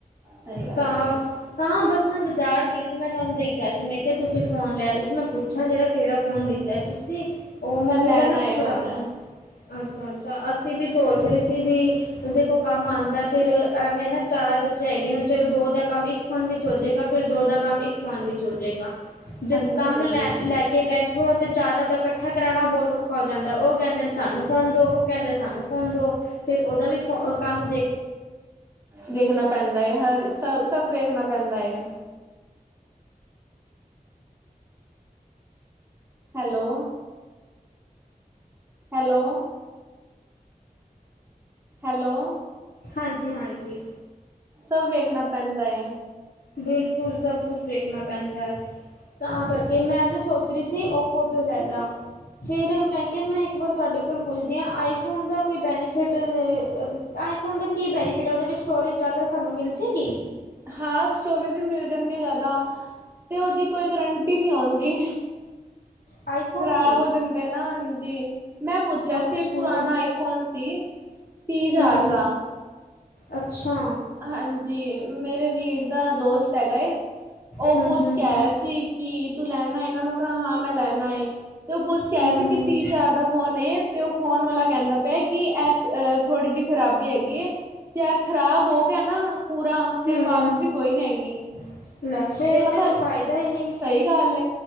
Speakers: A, on the right (about 15°); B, on the left (about 85°).
A: ਸਹੀ ਗੱਲ
B: ਤਾਂ।
A: ਹੈ
B: ਤਾਂ ਬਸ ਮੈਂ ਬਾਜ਼ਾਰ ਗਈ ਸੀ, ਮੈਂ ਤੁਹਾਨੂੰ ਦੇਖਿਆ ਸੀ, ਮੈਂ ਕਿਹਾ ਤੁਸੀਂ ਫੋਨ ਲੈ ਰਹੇ ਸੀ ਮੈਂ ਪੁੱਛਾਂ ਜਿਹੜਾ ਕਿਹੜਾ ਫੋਨ ਦਿੱਤਾ। ਤੁਸੀਂ ਉਹ ਮੰਮੀ
A: ਮੈਂ ਲੈਣਾ
B: ਦਾ ਨਾ
A: ਹੈ
B: ਖਰਾ
A: ਹੁਣ
B: ਅੱਛਾ-ਅੱਛਾ, ਅਸੀਂ ਵੀ ਸੋਚ ਰਹੇ ਸੀ ਵੀ। ਦੇਖੋ ਕੰਮ ਆਦਾ ਫਿਰ ਐਵੇਂ, ਨਾ ਚਾਰ ਬੱਚੇ ਹੈਗੇ ਨੇ ਚਲੋ ਦੋ ਦਾ ਕੰਮ ਇੱਕ ਫੋਨ ਵਿੱਚ ਹੋ ਜਾਏਗਾ, ਫਿਰ ਦੋ ਦਾ ਕੰਮ ਇੱਕ ਫੋਨ ਵਿੱਚ ਹੋ ਜਾਏਗਾ, ਜਦ
A: ਹਾਂਜੀ
B: ਕੰਮ
A: ਹਾਂਜੀ
B: ਲੈ ਲੈ ਕੇ ਬੈਠੋ ਤੇ ਚਾਰਾ ਦਾ ਇਕੱਠਾ ਕਰਾਣਾ ਬਹੁਤ ਔਖਾ ਹੋ ਜਾਂਦਾ, ਉਹ ਕਹਿੰਦੇ ਸਾਨੂੰ ਫੋਨ ਦੋ ਉਹ ਕਹਿੰਦੇ ਸਾਨੂੰ ਫੋਨ ਦੋ ਫੇਰ ਉਹਦਾ ਵੀ ਕੰਮ ਦੇ
A: ਦੇਖਣਾ ਪੈਂਦਾ ਹੈ, ਹਰ ਸਭ-ਸਭ ਦੇੇਖਣਾ ਪੈਂਦਾ ਹੈ। ਹੈਲੋ, ਹੈਲੋ, ਹੈਲੋ,
B: ਹਾਂਜੀ-ਹਾਂਜੀ,
A: ਸਭ ਵੇਖਣਾ ਪੈਂਦਾ ਐ।
B: ਬਿਲਕੁਲ, ਸਭ ਕੁਛ ਵੇਖਣਾ ਪੈਂਦਾ। ਤਾਂ ਕਰਕੇ ਮੈਂ ਤਾਂ ਸੋਚ ਰੀ ਸੀ ਓਪੋ ਦੋਂ ਲੈ ਲਾ। ਫਿਰ ਮੈਂ ਕਿਹ, ਮੈਂ ਇੱਕ ਵਾਰ ਤੁਹਾਡੇ ਕੋਲ ਪੁੱਛਦੀ ਆਂ, ਆਈਫੋਨ ਦਾ ਕੋਈ ਬੈਨੀਫਿਟ ਅ ਆਈਫੋਨ ਦਾ ਕੀ ਬੈਨੀਫਿਟ ਹੈ, ਔਦੇ ਵਿੱਚ ਸਟੋਰੇਜ ਯਾਦਾ ਸਾਨੂੰ ਮਿਲ ਜੇ ਗੀ।
A: ਹਾਂ, ਸਟੋਰੇਜ ਵੀ ਮਿਲ ਜਾਂਦੀ ਏ ਯਾਦਾ। ਤੇ ਔਦੀ ਕੋਈ ਗਰੰਟੀ ਨੀ ਹੁੰਦੀ।
B: ਆਈਫੋਨ
A: ਖ਼ਰਾਬ
B: ਦੀ
A: ਹੋ ਜਾਂਦੇ ਨਾ ਹਾਜੀ। ਮੈਂ ਪੁੱਛਿਆ
B: ਅੱਛਾ
A: ਸੀ, ਇੱਕ ਪੁਰਾਣਾ ਆਈਫੋਨ ਸੀ ਤੀਹ ਹਜ਼ਾਰ
B: ਹੂੰ
A: ਦਾ।
B: ਅੱਛਾ,
A: ਹਾਂਜੀ ਮੇਰੇ ਵੀਰ ਦਾ ਦੋਸਤ ਹੈਗਾ ਏ, ਉਹ
B: ਹੂੰ
A: ਪੁੱਛ
B: ਹੂੰ
A: ਕੇ ਆਇਆ
B: ਹੂੰ
A: ਸੀ। ਕਿ ਤੂੰ ਲੈਣਾ ਹੈ, ਨਾ ਮੈ ਕਿਹਾ ਹਾਂ ਮੈਂ ਲੈਣਾ ਐ। ਤੇ ਉਹ ਪੁੱਛ ਕੇ ਆਇਆ
B: ਹੂੰ
A: ਸੀ, ਕਿ ਤੀਹ ਚਾਰ ਦਾ ਫੋਨ ਏ ਤੇ ਉਹ ਫੋਨ ਵਾਲਾ ਕਹਿੰਦਾ ਪਿਆ। ਕਿ ਇੱਕ ਥੋੜ੍ਹੀ ਜਿਹੀ ਖ਼ਰਾਬੀ ਹੈਗੀ ਹੈ, ਤੇ ਖਰਾਬ ਹੋ ਗਿਆ ਨਾ ਪੂਰਾ
B: ਹੂੰ
A: ਤੇ ਵਾਪਸੀ ਕੋਈ ਨੀ ਹੈਗੀ।
B: <inaudible>
A: ਤੇ ਮੈਂ
B: ਤਾਂ
A: ਕਿਹਾ,
B: ਕੋਈ ਫਾਇਦਾ ਹੀ ਨਹੀਂ
A: ਸਹੀ ਗੱਲ